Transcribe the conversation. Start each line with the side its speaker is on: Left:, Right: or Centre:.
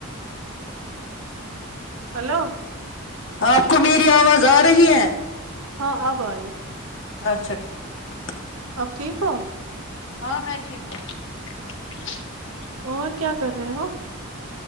Right: hello
Left: آپ <unintelligible> کو میری آواز آ رہی ہے <unintelligible>
Right: ہاں ابھائی
Left: اچھا ٹھیک <unintelligible>
Right: اب ٹھیک ہو <unintelligible>
Left: ہاں میں ٹھیک ہوں <unintelligible>
Right: اور کیا کر رہے ہو